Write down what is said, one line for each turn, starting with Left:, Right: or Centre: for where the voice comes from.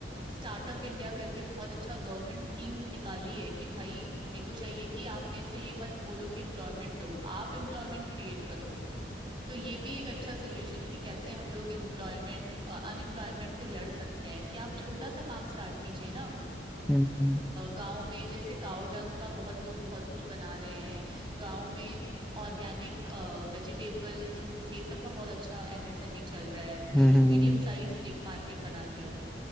Right: स्टार्टअप इंडिया करके बहुत अच्छा गवर्नमेंट स्कीम निकाली है कि भाई मेरे को चाहिए कि आप मेरे से ये मत बोलो कि एम्प्लॉयमेंट दो आप एम्प्लॉयमेंट क्रिएट करो तो ये भी एक अच्छा सोल्यूशन है कि कैसे हम लोग एम्प्लॉयमेंट अनएम्प्लॉयमेंट से लड़ सकते हैं कि आप छोटा सा काम स्टार्ट कीजिए ना
Centre: हम्म
Right: गांव में जैसे काव डंग का बहुत लोग बहुत कुछ बना रहे हैं गांव में ऑर्गेनिक वेजिटेबल फ्रूट्स ये सब का बहुत अच्छा एमएसएमई चल रहा है
Centre: हम्म
Right: ये लोग
Centre: हम्म
Right: मीडियम साइज एक मार्केट बना लिए हैं